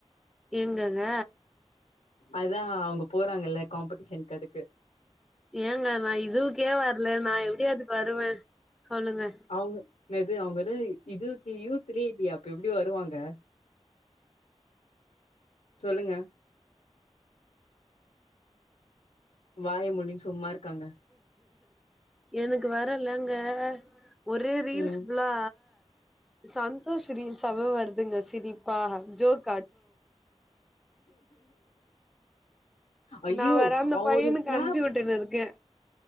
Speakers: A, in the centre; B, on the left (about 80°).
A: எங்கங்க
B: அதா அவுங்க போறாங்கல்ல காம்படிஷனுக்கு அதுக்கு
A: ஏங்க நா இதுவ்க்கே வர்ல நா எப்டி அதுக்கு வருவே சொல்லுங்க
B: அவுங்க என்னது அவுங்கதா இதுகி யூத்துலயே இல்லயே அப்ப எப்டி வருவாங்க சொல்லுங்க வாய மூடின் சும்மாருக்காங்க
A: எனக்கு வரலங்க ஒரே ரீல்ஸ்
B: ம்
A: புல்லா சந்தோஷ் ரீல்ஸ் ஸாவே வருதுங்க சிரிப்பா ஜோக்
B: அய்யோ
A: நா வேற அந்த
B: அவுரு
A: பையனுக்கு
B: ஸ்நாப்
A: அனுப்பி விட்டுன்னு இருக்கே